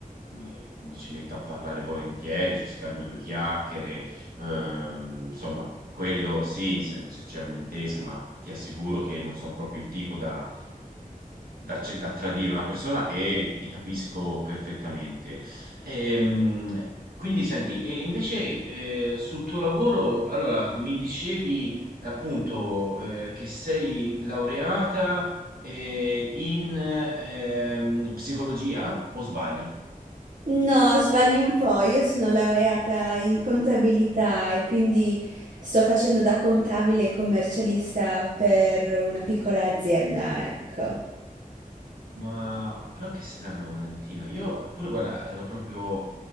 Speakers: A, on the right; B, on the right.
A: mi, mi ci metto a parlare volentieri, ci scambio due chiacchiere, ehm, insomma, quello sì, se, se c'è un'intesa, ma ti assicuro che non sono proprio il tipo da da, ce- da tradire una persona e ti capisco perfettamente. Ehm, quindi senti, e invece eh, sul tuo lavoro, allora mi dicevi appunto eh, che sei laureata eh, in ehm, psicologia o sbaglio?
B: No, sbagli un po', io sono laureata in contabilità e quindi sto facendo da contabile e commercialista per una piccola azienda, ecco.
A: Ma però che strano Valentina, io pure guarda ero proprio,